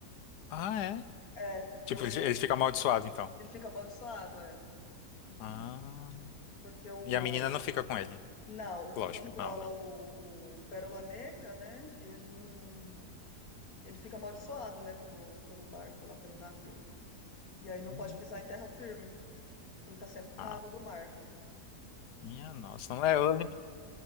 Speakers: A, on the left; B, on the left.
A: Ah, é?
B: É, porque
A: Tipo,
B: o,
A: ele ele fica amaldiçoado, então.
B: ele fica amaldiçoado, é. Uhum.
A: Ah,
B: Porque o.
A: e a menina não fica com ele.
B: Não, o que
A: Lógico,
B: controla
A: não, não.
B: o, o Pérola Negra, né? Ele não. Ele fica amaldiçoado, né? Pelo, pelo barco lá, pelo navio. E aí não
A: Hum,
B: pode pisar em terra firme. Tem que estar sempre na
A: Ah,
B: água do mar.
A: minha nossa, não é, eu nem